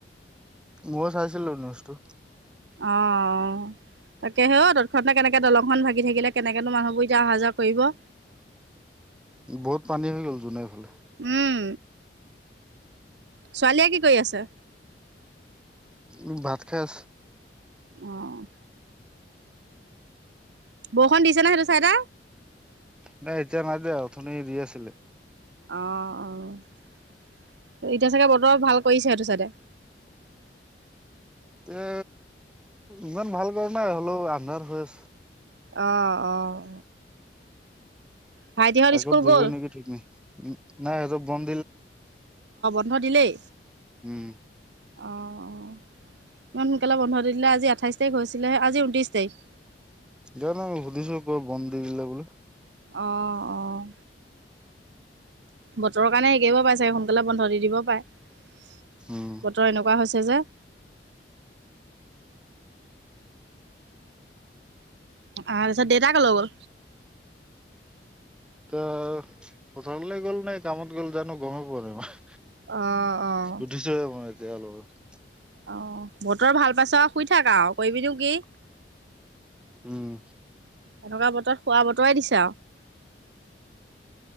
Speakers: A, in the centre; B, on the right (about 75°).
A: মইও চাইছিলো নিউজটো।
B: অ' অ' তাকে হে অ' তৎক্ষণাতে কেনেকে দলংখন ভাগি থাকিলে কেনেকেনো মানুহবোৰ এতিয়া অহা যোৱা কৰিব। <inaudible>
A: বহুত পানী হৈ গ'ল চোন এইফালে।
B: উম ছোৱালীয়ে কি কৰি আছে।
A: উ ভাত খাই আছে।
B: উম বৰষুণ দিছে নে সেইটো চাইদে।
A: নাই এতিয়া নাই দিয়া অথনি দি আছিলে।
B: অ' অ' এতিয়া চাগে বতৰ ভাল কৰিছে সেইটো চাইডে <inaudible>
A: এ ইমান ভাল কাৰ নাই হ'লেও আন্ধাৰ হৈ আছ
B: অ', অ' ভাইটিহঁত
A: আজি
B: স্কুল
A: দিব
B: গ'ল?
A: নেকি ঠিক নাই নাই সেইটো বম
B: <unintelligible> দিলেই
A: উম
B: অ' ইমান সোনকালে বন্ধ দিলে আজি আঠাইছ তাৰিখ হৈছিলে আজি ঊনত্ৰিছ তাৰিখ
A: জানো সুধিছো <unintelligible> বন্দ দিল বোলে
B: অ' অ' বতৰৰ কাৰণে <unintelligible> পাই চাগে সোনকালে বন্ধ দি দিব পাৰে
A: উম
B: বতৰ এনেকুৱা হৈছে <inaudible> <unintelligible> দেতা কলৈ গল?
A: <unintelligible> পথাৰলৈ গ'ল নে কামত গ'ল জানো গমেই পোৱা নাই
B: অ', অ'
A: উঠিছোহে <inaudible>
B: অ' বতৰ ভাল পাইছ আৰু শুই থাক আৰু কৰিবিনো কি?
A: উম
B: এনেকুৱা <inaudible>